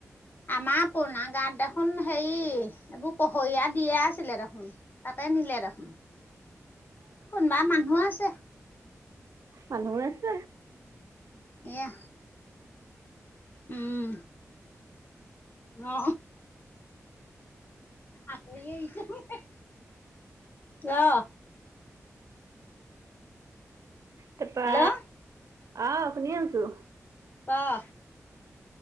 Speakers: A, on the left; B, on the right.
A: আমাৰ পুৰণা গাঁৱত দেখোন হেৰি এইবোৰ পহৰীয়া দিয়া আছিলে দেখোন তাতে নিলে দেখোন কোনোবা মানুহ আছে
B: মানুহো আছে
A: এয়া উম অ। আতৰি আহিছে ৰ
B: তাপা
A: হেল্ল'
B: অঁহ শুনি আছোঁ।
A: ক